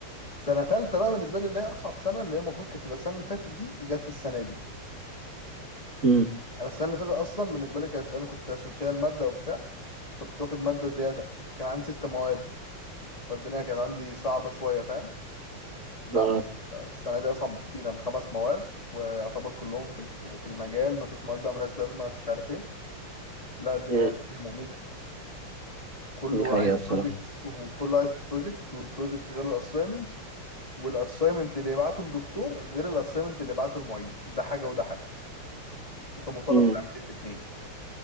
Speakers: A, on the left; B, on the right.
A: سنه تالتة بقى بالنسبه لي اللي هي اصعب سنه اللي هي المفروض كانت تبقى السنه اللي فاتت دي جت السنه دي
B: امم
A: انا السنه اللي فاتت اصلا بالنسبه لي كانت انا كنت عشان شايل ماده وبتاع فكنت واخد ماده زياده كان عندي ست مواد فالدنيا كانت عندي صعبه شويه فاهم لا
B: اه
A: السنه دي اصعب بكتير انا خمس مواد ويعتبر كلهم في ال- في المجال مفيش مواد بقى ملهاش لازمه مفيش عارف ايه لا الدنيا
B: امم
A: الدنيا مميتة كله
B: دي حقيقه
A: عايز
B: بصراحه
A: بروجيكتس وكله عايز بروجيكتس والبروجيكتس غير الاساينمنتس والاساينمنت اللي يبعته الدكتور غير الاساينمنت اللي يبعته المعيد ده حاجة وده حاجة انت مطالب
B: امم
A: تعمل الاتنين